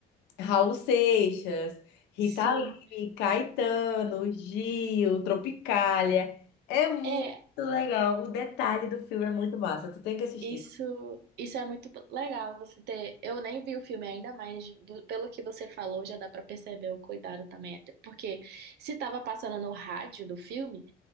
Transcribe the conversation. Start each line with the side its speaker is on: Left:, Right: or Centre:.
Left: Raul Seixas, Rita
Right: Sim,
Left: Lee, Caetano, Gil, Tropicália. É muito
Right: é.
Left: legal. O detalhe do filme é muito massa. Tu tem que assistir.
Right: Isso, isso é muito legal você ter. Eu nem vi o filme ainda, mas do- pelo que você falou, já dá pra perceber o cuidado também. Até Porque se tava passando no rádio do filme.